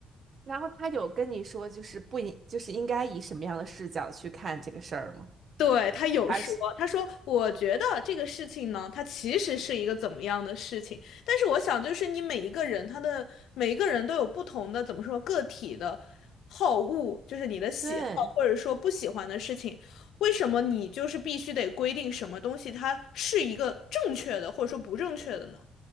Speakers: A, on the right; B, on the left.
A: 然后他有跟你说就是不应就是应该以什么样的视角去看这个事儿吗？
B: 对，他有说，
A: 还是
B: 他说我觉得这个事情呢，它其实是一个怎么样的事情，但是我想就是你每一个人，他的每一个人都有不同的怎么说个体的好恶，就是你的喜好或者说不喜欢的事情，
A: 对。
B: 为什么你就是必须得规定什么东西它是一个正确的或者说不正确的呢？